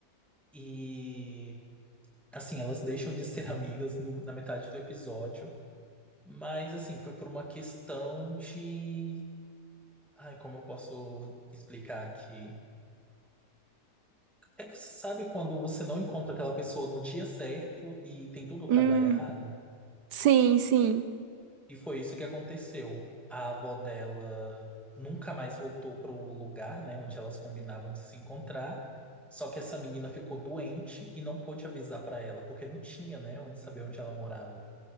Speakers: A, in the centre; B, on the right (about 80°).
A: E Assim, elas deixam de ser amigas no- na metade do episódio, mas assim, foi por uma questão de. Ai, como eu posso explicar aqui? É que sabe quando você não encontra aquela pessoa no dia certo e tem tudo pra
B: Hum.
A: dar errado?
B: Sim, sim.
A: E foi isso que aconteceu. A avó dela nunca mais voltou pro lugar, né, onde elas combinavam de se encontrar. Só que essa menina ficou doente e não pôde avisar pra ela, porque não tinha, né, onde saber onde ela morava.